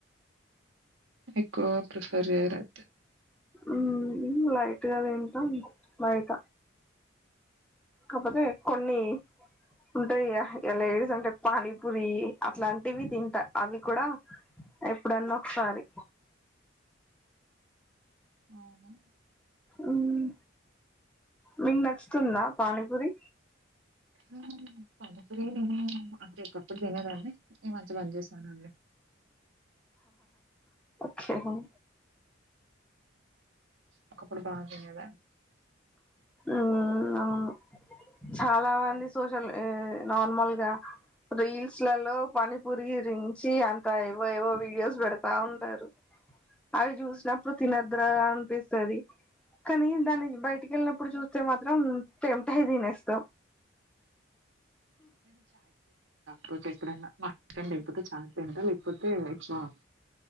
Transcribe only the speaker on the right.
ఎక్కువ ప్రిఫర్ చేయరు అయితే
అవునా
ఊ పానిపూరి నేను అంటే ఒకప్పుడు తినేదాని ఈ మధ్య బం జేశానండి
ఒకప్పుడు బాగ్ తినేదని
ఆ,
పోతే ఎపుడన మ అక్కను దేపోతే చాలు కింటలు ఏపోతే చాలు